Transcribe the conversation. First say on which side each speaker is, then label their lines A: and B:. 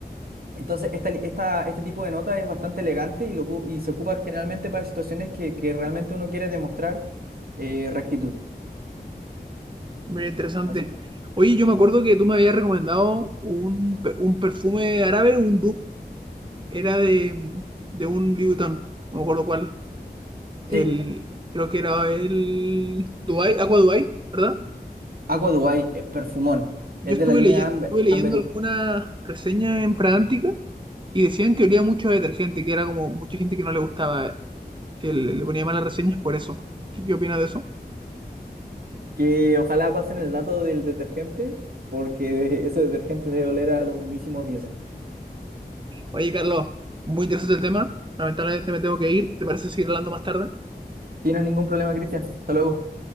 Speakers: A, on the right; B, on the right.
A: Entonces, esta, li- esta- este tipo de nota es bastante elegante y, lo ocu- y se ocupa generalmente para situaciones que, que realmente uno quiere demostrar eh, rectitud.
B: Mira, interesante.
A: Así-
B: Oye, yo me acuerdo que tú me habías recomendado un, pe- un perfume árabe, un dupe. Era de, de un Louis Vuitton. No me acuerdo cuál.
A: Sí,
B: El, creo que era el Dubai, Aqua Dubai, ¿verdad?
A: Aqua Dubai, eh, perfumón.
B: Yo
A: Es
B: estuve,
A: de la línea
B: leye-
A: Amber,
B: estuve leyendo
A: Amberwood.
B: algunas reseñas en Fragántica y decían que olía mucho a detergente, que era como mucha gente que no le gustaba, que le, le ponía malas reseñas por eso. ¿Qué, qué opinas de eso?
A: Que ojalá pasen el dato del detergente, porque <laughs> ese detergente debe oler a los mismísimos dioses.
B: Oye, Carlos, muy interesante el tema. Lamentablemente me tengo que ir. ¿Te parece seguir hablando más tarde?
A: ¿Tienes ningún problema, Cristian? Hasta luego.